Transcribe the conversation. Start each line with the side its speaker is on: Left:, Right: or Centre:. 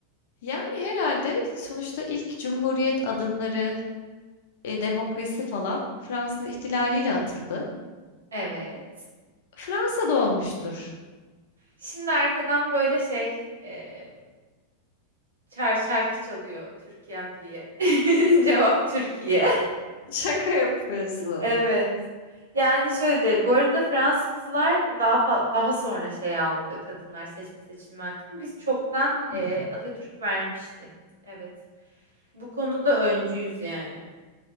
Left: Yani herhalde sonuçta ilk cumhuriyet adımları, e, demokrasi falan Fransız ihtilaliyle atıldı.
Right: Evet.
Left: Fransa'da olmuştur.
Right: Şimdi arkadan böyle şey eee çar şarkı çalıyor Türkiye'm diye. <laughs> Cevap Türkiye.
Left: Şaka yapıyorsun.
Right: Evet. Yani şöyle de bu arada Fransızlar daha fa- daha sonra şey aldı kadınlar seçme seçilme hakkını. Biz çoktan
Left: Hmm.
Right: eee, Atatürk vermişti. Evet. Bu konuda öncüyüz yani.